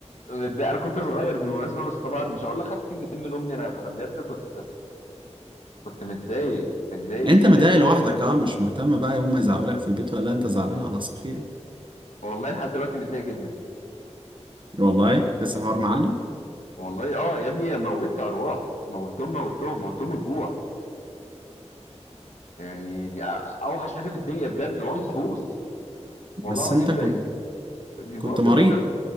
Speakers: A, on the left (about 80°); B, on the right (about 45°).
A: متضايق أنا كنت صغير بالمناسبة بس طبعًا مش هاقول لك خدت كلمتين من أمي أنا أنا بجد كنت كنت متضايق، متضايق،
B: انت
A: متضايق
B: مضايق لوحدك اه مش مهتم بقى هما يزعقولك في البيت ولا انت زعلان على عصافير يعني.
A: والله لحد دلوقتي متضايق جدًا،
B: والله لسه الحوار معلم
A: والله آه يا ابني موّتت أرواح، موّتتهم، موّتتهم، موّتتهم الجوع، يعني دي أ أوحش حاجة في الدنيا بجد وهو محبوس، والله
B: بس
A: العظيم
B: انت كنت
A: ب بغض
B: كنت مريض
A: النظر